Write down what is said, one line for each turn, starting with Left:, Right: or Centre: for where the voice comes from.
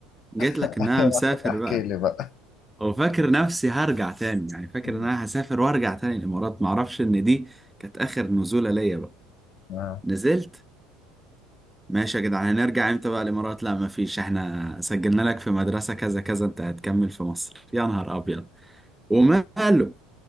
Centre: جيت لك
Left: <laughs>
Centre: إن أنا مسافر
Left: احكي
Centre: بقى
Left: لي بقى
Centre: وفاكر نفسي هرجع تاني يعني فاكر
Left: <laughs>
Centre: إن أنا هسافر وأرجع تاني الإمارات معرفش إن دي كانت آخر نزولة ليا بقى
Left: آه.
Centre: نزلت ماشي يا جدعان هنرجع امتى بقى الامارات لا مفيش احنا سجلنا لك في مدرسة كذا كذا انت هتكمل في مصر يا نهار ابيض وماله